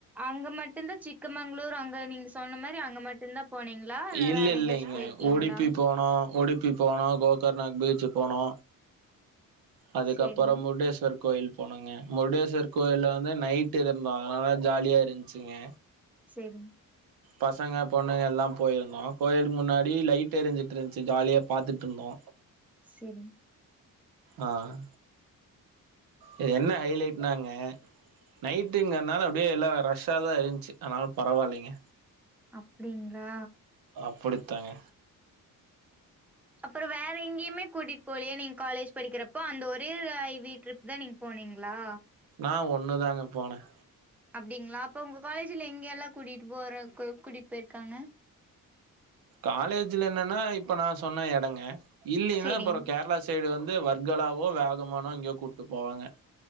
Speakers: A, in the centre; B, on the right (about 80°).
A: அங்க மட்டு இருந்த சிக்கமங்களூர் அங்க நீங்க சொன்ன மாரி அங்க மட்டுந்தா போனீங்களா
B: இல்ல
A: வேற
B: இல்லைங்க
A: எங்கயாச்சு போயிருக்கீங்களா
B: உடுப்பி போனோ உடுப்பி போனோ கோகர்நாக் பீச் போனோ அதுக்கப்புறோ
A: சேரிங்க
B: முடேஸ்வர் கோயில் போனோங்க முருடேஸ்வர் கோயில்ல வந்து நைட்டு் இருந்தோங்க அதனா ஜாலியா இருந்துச்சுங்க
A: சேரிங்க
B: பசங்க பொண்ணுங்க எல்லா போயிருந்தோ கோயிலுக்கு முன்னாடி லைட் எரிஞ்சிட்டு இருந்துச்சு ஜாலியா பாத்துட்டு இருந்தோ
A: சேரிங்
B: ஆஹ் இது என்ன ஹைலைடனாங்க நைட்டுங்கரனால அப்படியே எல்லா ரஷ்ஷா தான் இருந்துச்சு அதனால பரவாயில்லைங்க
A: அப்படிங்களா
B: அப்படித்தாங்க
A: அப்புறம் வேற எங்கேயுமே கூட்டிட்டு போலையே நீங்க காலேஜ் படிக்கிறப்போ அந்த ஒரே ஐவி ட்ரிப் தான் நீங்க போனீங்களா
B: ஆ ஒன்னு தாங்க நான் போனேன்
A: அப்டிங்களா அப்ப உங்க காலேஜ்ல எங்கேல்லாம் கூட்டிட்டு போற கூட்டிட்டு போயிருக்காங்க
B: காலேஜ்ல என்னன்னா இப்ப நான் சொன்ன எடங்க இல்லைன்னா
A: சேரிங்
B: அப்பறம் கேரளா சைடு வந்து வர்கலாவோ வேகமானோ எங்கயோ கூப்ட்டு போவாங்க